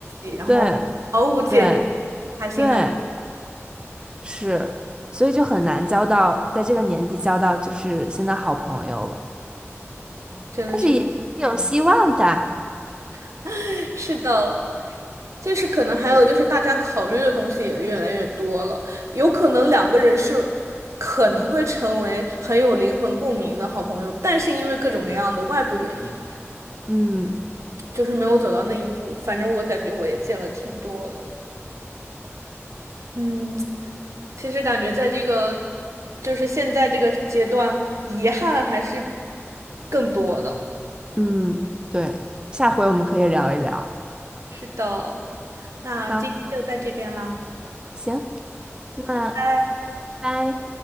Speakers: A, on the right (about 80°); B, on the right (about 20°).
A: 起，然后毫无芥蒂，
B: 对对
A: 开心的，
B: 对。是，所以就很难交到，在这个年纪交到就是现在好朋友了，
A: 真的是挺感人的。
B: 但是也是有希望的。
A: <laughs> 是的。就是可能还有就是大家考虑的东西也越来越多了，有可能两个人是可能会成为很有灵魂共鸣的好朋友，但是因为各种各样的外部原因，
B: 嗯
A: 就是没有走到那一步。反正我感觉我也见了挺多的，嗯，其实感觉在这个就是现在这个阶段，遗憾还是更多的。
B: 嗯，对，下回我们可以聊一聊。
A: 是的，那今天就到这边啦，
B: 好，行，那
A: 拜拜。
B: 拜。